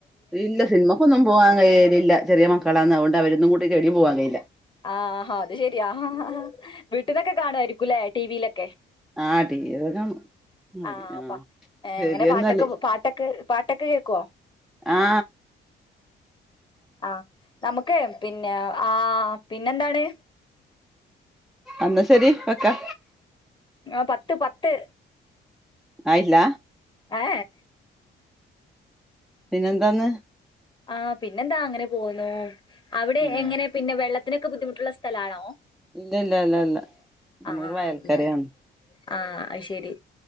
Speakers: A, in the centre; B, on the left.
A: ഇല്ല സിനിമക്കൊന്നും പോവാൻ കയ്യലില്ല ചെറിയ മക്കളാണ് അതോണ്ട് അവരൊന്നും കൂട്ടി എവിടെ പോവാൻ കയ്യില്ല
B: ആഹ അത് ശെരിയാ ഹ ഹ വീട്ടിന്നൊക്കെ കാണുവായിരിക്കൂല്ലേ ടിവിയിലൊക്കെ
A: ആ ടീവിയൊക്കെ കാണും മതി
B: ആഹ്
A: ആ
B: പ
A: ശെരിയെന്നാല്
B: എങ്ങനെ പാട്ടൊക്കെ പാട്ടൊക്കെ പാട്ടൊക്കെ കേൾക്കുവോ
A: ആ
B: ആഹ് നമുക്ക് പിന്നെ ആ പിന്നെന്താണ്
A: അന്ന ശെരി വെക്കാ
B: ആ പത്ത് പത്ത്
A: ആയില്ല
B: ഏ
A: പിന്നെന്താന്ന്
B: ആ പിന്നെന്താ അങ്ങനെ പോവുന്നു അവിടെ
A: ഇല്ല
B: എങ്ങനെ പിന്നെ വെള്ളത്തിന് ക്ക് ബുദ്ധിമുട്ടുള്ള സ്ഥലാണോ
A: ഇല്ല ഇല്ല അല്ലല്ല നമ്മൾ
B: ആ
A: വയൽക്കരയാണ്
B: ഇല്ലല്ല ആ അത് ശെരി